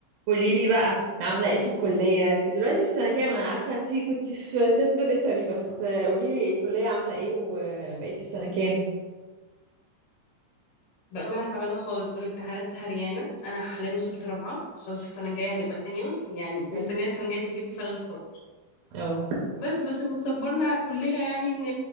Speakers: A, on the right; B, on the left.
A: قولي لي بقى عامله ايه في الكليه انت دلوقتي في سنه كام انا عارفه انت كنت في طب بيطري بس قولي لي الكليه عامله ايه وبقيتي في سنه كام
B: بأمانة تعبانة خالص الامتحانات هريانة أنا حاليا وصلت رابعة خلاص السنة الجاية هنبقى سينيورز يعني مستنية
A: حلو
B: السنة الجاية تجيب فارغ الصبر
A: او
B: بس بس اللي مصبرنا على الكلية يعني إن